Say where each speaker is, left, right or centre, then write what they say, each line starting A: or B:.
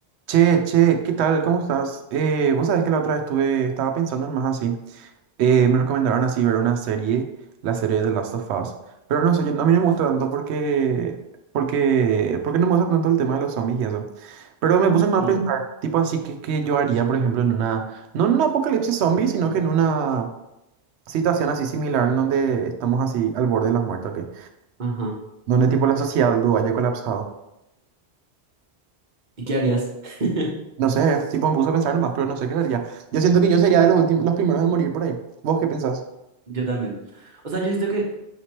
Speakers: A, on the right; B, on the right.
A: Che, che, ¿qué tal? ¿Cómo estás? Eh, vos sabés que la otra vez estuve, estaba pensando en más así. Eh, me recomendaron así ver una serie, la serie de Last of Us. Pero no sé, yo, a mí no me gusta tanto porque, porque, porque no me gusta tanto el tema de los zombies y eso. Pero me puse más
B: Mm,
A: a pensar, tipo así, que, que yo haría, por ejemplo, en una, no en un apocalipsis zombie, sino que en una situación así similar en donde estamos así al borde de la muerte, ¿o qué?
B: Ajá.
A: Donde tipo la sociedad lo haya colapsado.
B: ¿Y qué harías? <laughs>
A: No sé, tipo me puse a pensar nomás, pero no sé qué sería Yo siento que yo sería de los últimos, los primeros en morir por ahí. ¿Vos qué pensás?
B: Yo también. O sea, yo siento que